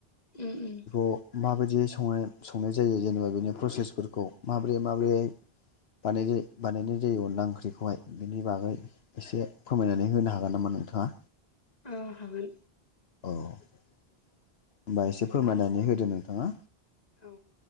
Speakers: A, on the left (about 40°); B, on the left (about 70°).
A: उम उम
B: खौ माबायदियै संनाय संनाय जायो जेनेबा बेनि प्रसेसफोरखौ माबोरै माबोरैहाय बानायनाय जायो अनला ओंख्रिखौहाय बेनि बागै एसे फोरमायनानै होनो हागोन नामा नोंथांङा?
A: अ हागोन
B: औ होमबा एसे फोरमायनानै
A: दा जोङो
B: होदो नोंथांङा
A: औ